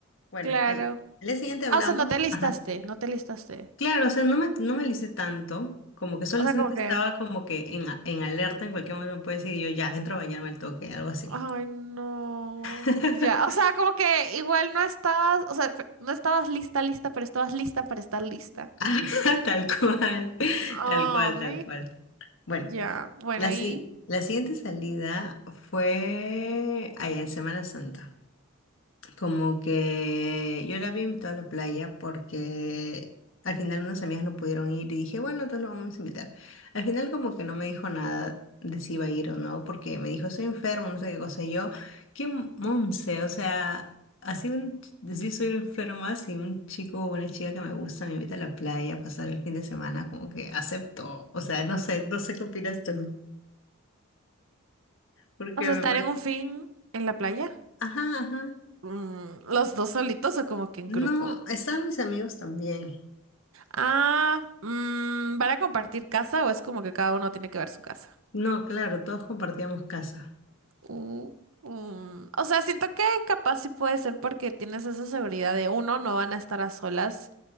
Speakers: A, on the left; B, on the right.
A: Bueno,
B: claro.
A: al, al día siguiente hablamos.
B: Ah, o sea, no te listaste,
A: Ajá.
B: no te listaste.
A: Claro, o sea, no me, no me alicé tanto, como que solamente
B: O sea, como que,
A: estaba como que en, a- en alerta, en cualquier momento me puede decir yo ya, entro a bañarme al toque, algo así.
B: ay, no.
A: <laughs>
B: Ya, o sea, como que igual no estabas, o sea, f- no estabas lista, lista, pero estabas lista para estar lista.
A: Ah, Tal cual,
B: Ay,
A: tal cual, tal cual. Bueno,
B: ya. Bueno,
A: la, si-
B: y,
A: la siguiente salida fue allá en Semana Santa. Como que yo la había invitado a la playa porque al final unas amigas no pudieron ir y dije, bueno, entonces lo vamos a invitar. Al final como que no me dijo nada de si iba a ir o no, porque me dijo, estoy enfermo, no sé qué cosa. Y yo, qué monce, o sea, así un, ch- decir soy enferma, si un chico o una chica que me gusta me invita a la playa a pasar el fin de semana, como que acepto. O sea, no sé, no sé qué opinas tú, porque
B: o sea,
A: me
B: estar
A: parece...
B: en un fin en la playa.
A: Ajá, ajá.
B: Mm, ¿los dos solitos o como que en
A: No,
B: grupo?
A: estaban mis amigos también.
B: Ah, mm, ¿van a compartir casa o es como que cada uno tiene que ver su casa?
A: No, claro, todos compartíamos casa.
B: Uh, um, O sea, siento que capaz sí puede ser porque tienes esa seguridad de uno, no van a estar a solas.